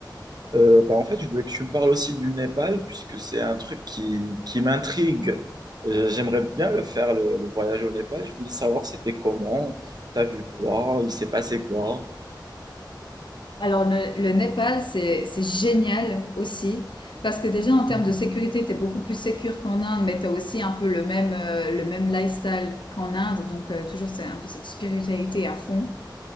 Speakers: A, on the right (about 55°); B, on the left (about 85°).
A: Euh, bah, en fait, je voulais que tu me parles aussi du Népal, puisque c'est un truc qui, qui m'intrigue. Euh, J'aimerais bien le faire, le, le voyage au Népal. Je voulais savoir c'était comment, t'as vu quoi, il s'est passé quoi.
B: Alors le, le Népal, c'est c'est génial aussi parce que déjà en termes
A: Mhm.
B: de sécurité, t'es beaucoup plus sécure qu'en Inde, mais t'as aussi un peu le même euh, le même lifestyle qu'en Inde. Donc euh, toujours c'est un peu cette spiritualité à fond.